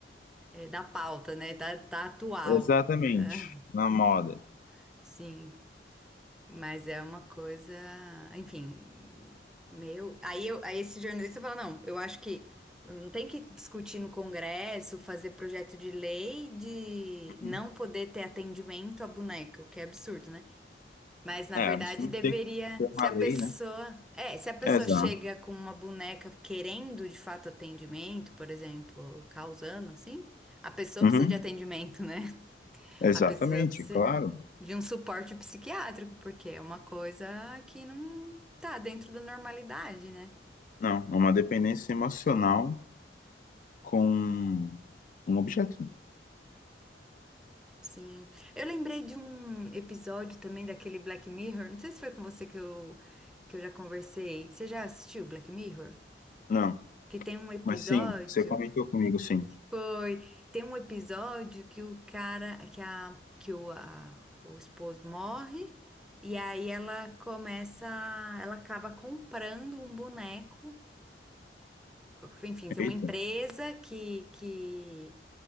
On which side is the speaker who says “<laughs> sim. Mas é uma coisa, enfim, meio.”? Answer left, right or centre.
Centre